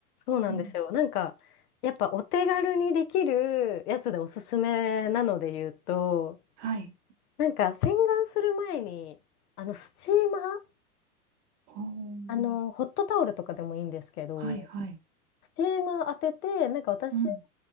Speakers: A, on the left; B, on the right.
A: そうなんですよ。
B: うん。
A: なんか、やっぱお手軽にできるやつでおすすめなので言うと、
B: はい。
A: なんか洗顔する前に、あの、スチーマー、
B: ほう。
A: あの、ホットタオルとかでもいいんですけど、
B: はいはい。
A: スチーマー当てて、なんか私
B: うん。